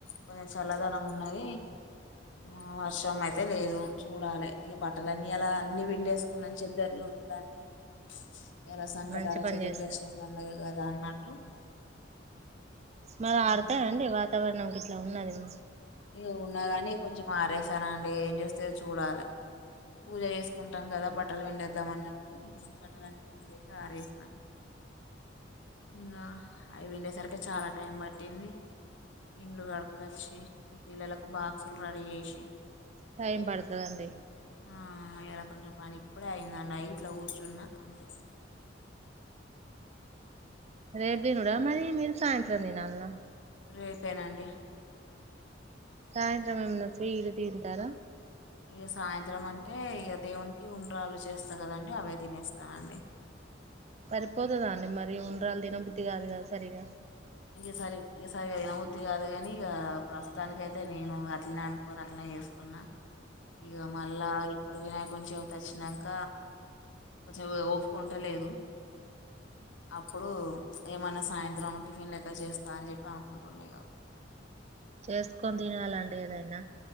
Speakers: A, on the left; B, on the right.
A: కొంచెం చల్లదనం ఉన్నది ఆ వర్షం అయితే లేదు చూడాలే ఇగ బట్టల అన్నీ అలా అన్ని విండేసుకున్నా చెద్దర్లు ఇట్ల అన్నీ ఇయాలా సంక
B: మంచి
A: తార
B: పని
A: చతుర్దశి
B: చేశారు
A: పండగ కదా అన్నట్టు
B: మరి
A: ఉమ్,
B: ఆరుతయండి వాతావరణంకి ఇట్లా ఉన్నది మ
A: ఇగ ఉన్నా కాని కొంచెం ఆరెసానండి ఏం చేస్తే చూడాలి పూజ చేసుకుంటాం కదా బట్టలు విండేద్దాం అన్నట్టు బట్టలన్నీ విండేసి ఆరేసిన ఇంకా అవి విండేసరికి చాలా టైం పట్టింది ఇండ్లు కడకొచ్చి పిల్లలకు బాక్సులు రెడీ చేసి
B: టైమ్ పడుతుతదండి
A: ఆ ఇలా కొంచెం పని ఇప్పుడే అయిందండి అయి ఇట్లా కూర్చున్న అంతే
B: రేపు తినుడా మరి మీరు సాయంత్రం తినాల్నా
A: రేపేనండి
B: సాయంత్రం మేమన్నా స్విట్ తింటరా
A: ఇక సాయంత్రం అంటే ఇక దేవునికి ఉన్రాలు చేస్తా కదండి అవే తినేస్తానండి
B: సరిపోతదా అండి మరి ఉండ్రాలు తిన బుద్ధది కాదు కదా సరిగా
A: ఇగ సరి సరిగా తినవుద్ది కాదు కాని ఇక ప్రస్తుతానినికి అయితే నేను అట్నే అను కొని అట్లా చేస్తున్నా ఇక మళ్ళా ఇప్పుడు వినాయకుంచివిత వచ్చినాక కొంచెం ఒ ఓపికుంటలేదు అప్పుడు ఏమనా సాయంత్రం టిఫిన్ లెక్క చేస్తా అని చెప్పి అనుకుంటున్నా
B: చేసుకొని తినాలండి ఏదైనా